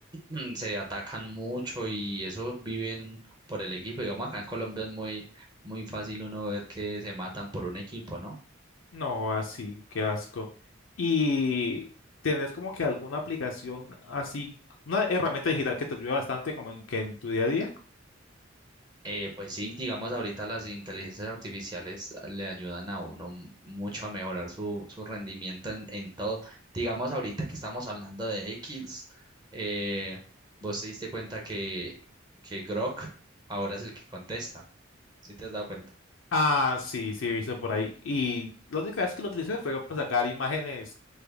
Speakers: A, on the right; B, on the left.
A: mm, <clears throat> se atacan mucho y eso viven por el equipo. Digamos, acá en Colombia es muy, muy fácil uno ver que se matan por un equipo, ¿no?
B: No, así, qué asco. Y tenés como que alguna aplicación así, una herramienta digital que te ayude bastante como en, que en tu día a día.
A: Eh, pues sí, digamos ahorita las inteligencias artificiales le ayudan a uno mu- mucho a mejorar su, su rendimiento en, en todo. Digamos ahorita que estamos hablando de X, eh, vos te diste cuenta que, que Grok ahora es el que contesta, ¿sí te has dado cuenta?
B: Ah, sí, sí, he visto por ahí. Y la única vez que lo utilicé fue para sacar imágenes